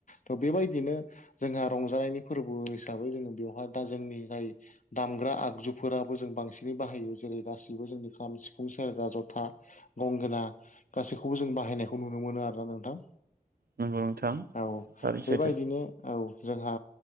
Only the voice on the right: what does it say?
नंगौ नोंथां
थारै सैथो